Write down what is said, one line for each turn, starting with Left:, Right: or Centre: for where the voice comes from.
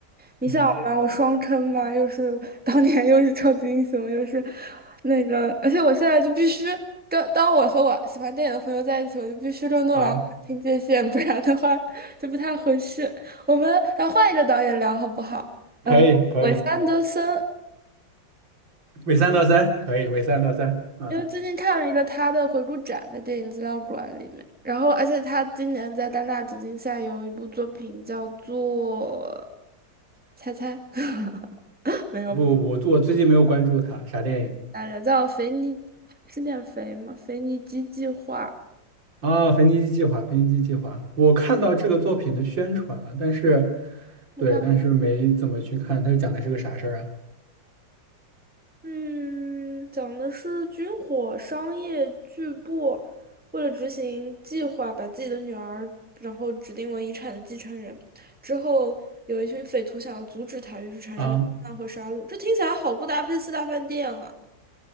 Centre: 你想嘛，
Right: 嗯，
Centre: 我双坑嘛，又是当年又是超级英雄，又是那个，而且我现在就必须跟当我和我喜欢电影的朋友在一起，我就必须跟诺兰划清界限，
Right: 啊，
Centre: 不然的话就不太合适。我们来换一个导演聊好不好？
Right: 可以，
Centre: 嗯，
Right: 可以。
Centre: 韦斯安德森，
Right: 伪三到三可以，伪三到三啊！
Centre: 因为最近看了一个他的回顾展在电影资料馆里面，然后而且他今年在戛纳主竞赛有一部作品叫做，猜猜。<laughs> 没有。
Right: 不不不，我最近没有关注他，啥电影？
Centre: 来着，叫《肥尼是念肥吗？肥尼基计划，
Right: 啊，《腓尼基计划》，《腓尼基计划》，我看到这个作品的宣传了，但是，
Centre: 我看，
Right: 对，但是没怎么去看，它讲的是个啥事儿啊？
Centre: 嗯，讲的是军火商业巨部为了执行计划，把自己的女儿然后指定为遗产的继承人，之后有一群匪徒想要阻止他，于是产生了混乱和杀戮。
Right: 啊，
Centre: 这听起来好不搭配四大饭店啊！